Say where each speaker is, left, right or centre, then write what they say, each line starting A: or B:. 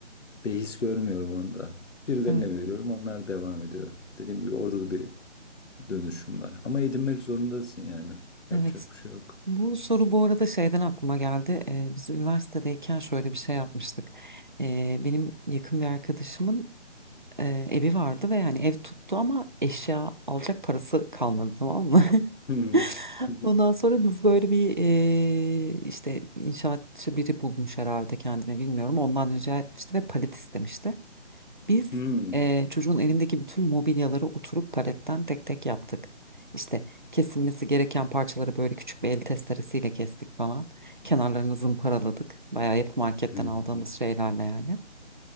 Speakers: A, on the left; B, on the right.
A: Behis görmüyorum onda. Birilerine
B: Evet.
A: veriyorum, onlar devam ediyor. Dediğim gibi orada da bir dönüşüm var. Ama edinmek zorundasın yani. Yapacak
B: Evet.
A: bir şey yok.
B: Bu soru bu arada şeyden aklıma geldi. Ee, biz üniversitedeyken şöyle bir şey yapmıştık. Ee, benim yakın bir arkadaşımın e, evi vardı ve yani ev tuttu ama eşya alacak parası kalmadı tamam mı?
A: Hmm.
B: <laughs>
A: <laughs>
B: Ondan sonra biz böyle bir e, işte inşaatçı biri bulmuş herhalde kendine bilmiyorum. Ondan rica etmişti ve palet istemişti. Biz
A: Hmm.
B: eee, çocuğun evindeki bütün mobilyaları oturup paletten tek tek yaptık. İşte kesilmesi gereken parçaları böyle küçük bir el testeresiyle kestik falan. Kenarlarını zımparaladık. Bayağı yapı marketten
A: Hmm.
B: aldığımız şeylerle yani.